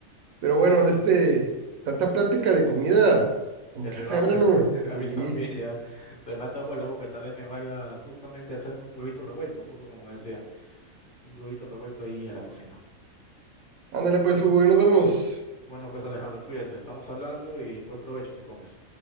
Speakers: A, on the right (about 80°); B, on the left (about 40°).
A: Pero bueno,
B: y
A: de este, tanta plática de comida, como
B: ya
A: que
B: te
A: hace
B: dio hambre.
A: hambre,
B: <laughs>
A: ¿no?
B: A
A: Sí.
B: mí también ya. Se me hace agua la boca. Tal vez me vaya justamente a hacerme un huevito revuelto, justo como decía. Un huevito revuelto ahí a la cocina.
A: Ándale pues, Hugo, ahí nos vemos.
B: Bueno, pues Alejandro, cuídate. Estamos hablando y buen provecho si comes.